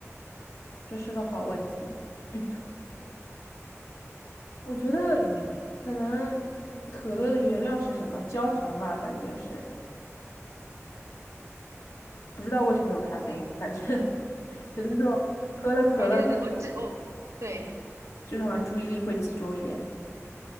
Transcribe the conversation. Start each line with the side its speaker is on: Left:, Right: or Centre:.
Left: 这是个好问题。嗯，我觉得可能可乐的原料是什么？
Right: 嗯
Left: 焦糖吧，感觉是。不知道为什么有咖啡因，
Right: 嗯，
Left: 反正 <laughs> 有的时候喝了可乐就
Right: 反正我这我对，
Left: 就是好像注意力会集中一点。